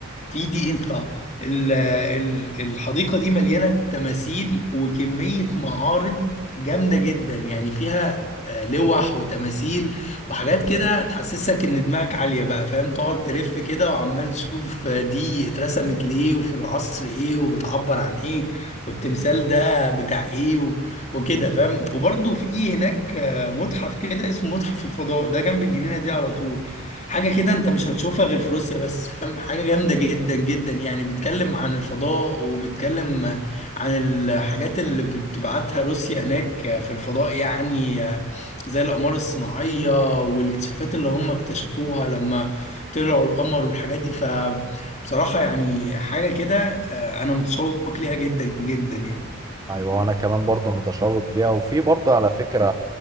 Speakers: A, on the left; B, on the right.
A: في دي ان خا ال- ال- الحديقه دي مليانه تماثيل وكميه معارض جامده جدا يعني فيها آه، لوح وتماثيل وحاجات كده تحسسك ان دماغك عاليه بقى فاهم تقعد تلف كده وعمال تشوف آه، دي اترسمت ليه وفي العصر ايه وبتعبر عن ايه والتمثال ده بتاع ايه وكده فاهم وبرضه في ايه هناك آه، متحف كده اسمه متحف الفضاء ده جنب الجنينه دي على طول حاجه كده انت مش هتشوفها غير في روسيا بس فاهم حاجه جامده جدا جدا يعني بيتكلم عن الفضاء وبيتكلم آه، عن الحاجات اللي بتبعتها روسيا هناك آه، في الفضاء يعني آه، زي الاقمار الصناعيه والاكتشافات اللي هم اكتشفوها لما طلعوا القمر والحاجات دي فبصراحه يعني حاجه كده آه، انا متشوق ليها جدا جدا يعني
B: ايوه وانا كمان برضه متشوق ليها وفي برضه على فكره